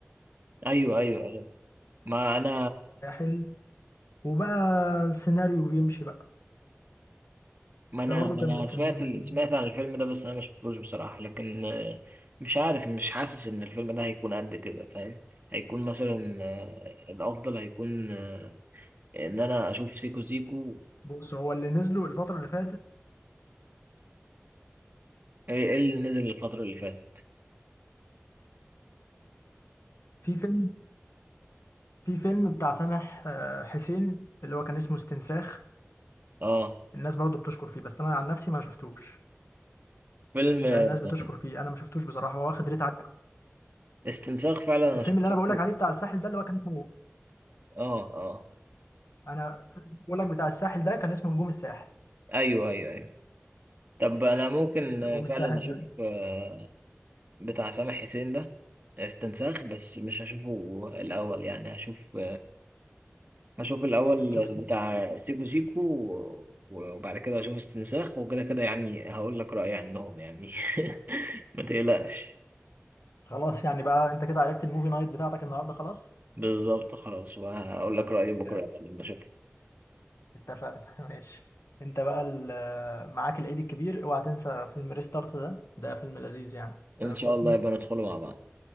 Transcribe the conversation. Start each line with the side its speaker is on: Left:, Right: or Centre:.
Right: ايوه ايوه ايوه ما انا
Left: الساحل وبقى سيناريو بيمشي بقى
Right: ما انا
Left: ده برضو
Right: ما
Left: كان
Right: انا
Left: من فيلم
Right: سمعت
Left: من-
Right: ال- سمعت عن الفيلم ده بس انا ما شفتوش بصراحة لكن آه، مش عارف مش حاسس ان الفيلم ده هيكون قد كده فاهم هيكون مثلا آه، الافضل هيكون آه، ان انا اشوف سيكو سيكو
Left: بص هو اللي نزله الفترة اللي فاتت
Right: ايه إيه اللي نزل الفترة اللي فاتت
Left: في فيلم في فيلم بتاع سامح آه، حسين اللي هو كان اسمه استنساخ
Right: اه
Left: الناس برضو بتشكر فيه بس انا عن نفسي ما شفتوش
Right: فيلم
Left: ده
Right: آه،
Left: الناس بتشكر فيه انا ما شفتوش بصراحه هو واخد ريت عالي أوي.
Right: استنساخ فعلا انا
Left: الفيلم
Right: شفته
Left: اللي انا بقول لك عليه بتاع الساحل ده اللي هو كان اسمه
Right: اه اه
Left: انا بقول لك بتاع الساحل ده كان اسمه نجوم الساحل
Right: ايوه ايوه ايوه طب انا ممكن
Left: نجوم
Right: آه،
Left: الساحل
Right: فعلا اشوف
Left: ده
Right: آه، بتاع سامح حسين ده استنساخ بس مش هشوفه الاول يعني هشوف هشوف الأول
Left: هتشوف
Right: بتاع سيكو سيكو و- وبعد كده هشوف استنساخ وكده كده يعني هقول لك رأيي عنهم يعني <laughs> ما تقلقش
Left: خلاص يعني بقى انت كده عرفت الموفي نايت بتاعتك النهارده خلاص
Right: بالظبط خلاص وهقول لك رأيي بكرة
Left: yeah.
Right: لما أشوف
Left: اتفقنا <laughs> ماشي انت بقى ال- معاك العيد الكبير اوعى تنسى فيلم ريستارت ده ده فيلم لذيذ يعني
Right: إن
Left: تامر
Right: شاء
Left: حسني
Right: الله يبقى ندخله مع بعض